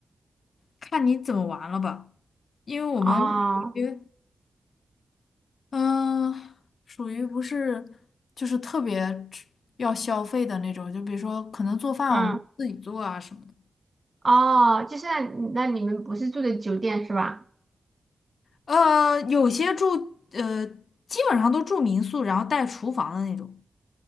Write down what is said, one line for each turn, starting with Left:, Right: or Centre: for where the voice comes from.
Left: 看你怎么玩了吧。因为我们属于
Right: 哦，
Left: 嗯，属于不是就是特别吃要消费的那种，就比如说可能做饭我们自己做啊什么的。
Right: 嗯，哦，就是那那你们不是住的酒店是吧？
Left: 呃，有些住呃基本上都住民宿，然后带厨房的那种。